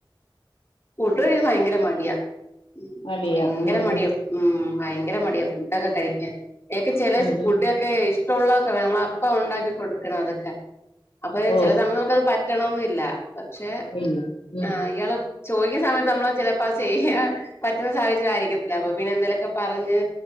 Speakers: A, on the left (about 30°); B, on the left (about 85°).
A: ഫുഡ് കഴിക്കാൻ ഭയങ്കര മടിയാ ഉം
B: മടിയാ
A: ഭയങ്കര
B: ഉം
A: മടിയാ ഉം ഭയങ്കര മടിയാ ഫുഡൊക്കെ കഴിക്കാൻ ഏക്ക്‌ ചെലെ
B: ഉം
A: ഫുഡ്
B: ഉം
A: ക്കെ ഇഷ്ടമുള്ളതൊക്കെ വേണം നമ്മളെ അപ്പ ഉണ്ടാക്കി കൊടുക്കണം അതൊക്കെ അപ്പൊ
B: ഓ
A: ചെല സമയത്ത് നമുക്കത് പറ്റ് റ്റണംന്നില്ല പക്ഷെ
B: ഇല്ല ഉം
A: ആഹ് ഇയാള് ചോയ്ക്ക്ണ സമയത്ത് നമ്മളാ ചെലപ്പോ അത് ചെയ്യാൻ പറ്റ്ന്ന സാഹചര്യം ആയിരിക്കത്തില്ല അപ്പൊ പിന്നെ എന്തേലെക്കെ പറഞ്ഞ്